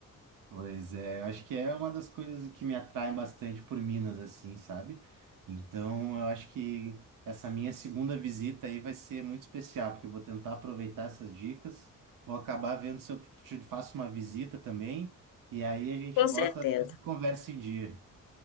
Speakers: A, on the right; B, on the left.
A: Pois é, acho que é uma das coisas que me atrai bastante por Minas, assim, sabe? Então, eu acho que essa minha segunda visita aí vai ser muito especial, porque eu vou tentar aproveitar essas dicas, vou acabar vendo se eu te faço uma visita também, e aí
B: <laughs>
A: a gente
B: com
A: bota
B: certeza.
A: toda a conversa em dia.